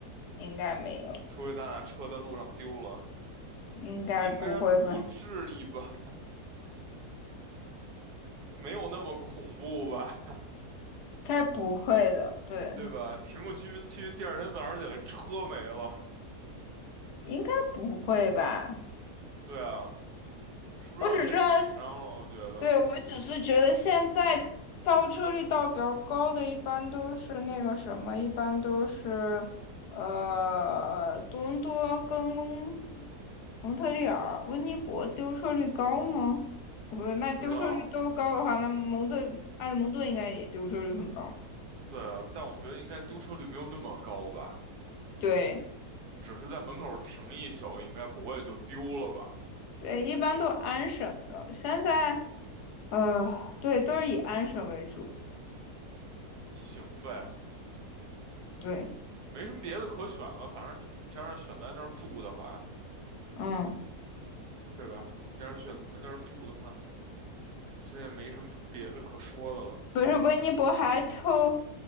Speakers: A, on the left; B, on the right.
A: 应该没有，
B: 除非咱俩车在路上丢了，
A: 应该不会吧？
B: 应该不至于吧？<laughs> 没有那么恐怖吧？
A: 该不会的，对，
B: 对吧？停个居民区，第二天早上起来车没了，
A: 应该不会吧？
B: 对啊，我是不是有点太紧张了？
A: 我只知道。
B: 我觉得。
A: 对，我只是觉得现在倒车率倒比较高的，一般都是那个什么，一般都是呃多伦多跟温蒙特利尔、温尼伯丢车率高吗？不，那丢车率都高的话，
B: 不知道，
A: 那蒙特埃德蒙顿应该也丢车率很高。
B: 对啊，但我觉得应该丢车率没有那么高吧，
A: 对
B: 只是在门口停一宿，应该不会就丢了吧？
A: 对，一般都是安省的，现在呃对都是以安省为主。
B: 行呗，
A: 对，
B: 也没什么别的可选了，反正你既然选在那儿住的话，
A: 嗯。
B: 对吧？既然选在那儿住的话，这也没什么别的可说的了，
A: 不是温尼伯还偷